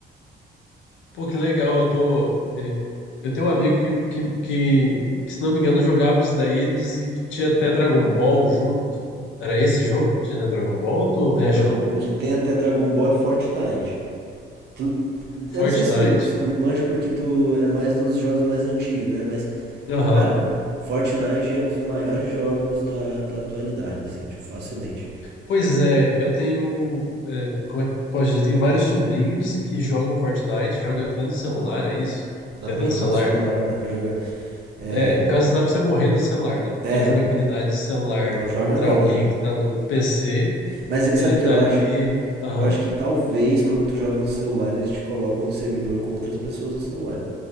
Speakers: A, on the left; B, on the right.
A: Pô, que legal, eu tô. é, Eu tenho um amigo que, que, que, que, se não me engano, jogava isso daí. Ele disse que tinha até Dragon Ball junto. Era esse jogo que tinha até Dragon Ball ou eu tô
B: Não,
A: viajando?
B: o que tem até Dragon Ball é Fortnite. Tu-
A: Fortnite.
B: eu não sei se tu, se tu manja porque tu é mais dos jogos mais antigos, né? Mas
A: Aham.
B: Cara, Fortnite é um dos maiores jogos da, da atualidade, assim, tipo, facilmente.
A: Pois é, eu tenho. é, como é que eu posso dizer? Tenho vários sobrinhos que jogam Fortnite, jogam até no celular, é isso?
B: Dá
A: Tem
B: pra
A: até no
B: jogar
A: celular.
B: no celular, dá pra jogar. É,
A: É, no caso, dá pra você morrer no celular, né? Porque
B: é,
A: a jogabilidade de celular
B: não joga
A: contra
B: nada,
A: alguém
B: né?
A: que tá no PC,
B: Mas eh,
A: ele
B: sabe o que
A: tá
B: eu
A: ali.
B: acho?
A: Aham,
B: Eu acho que talvez quando tu joga no celular eles te colocam em servidor com outras pessoas no celular.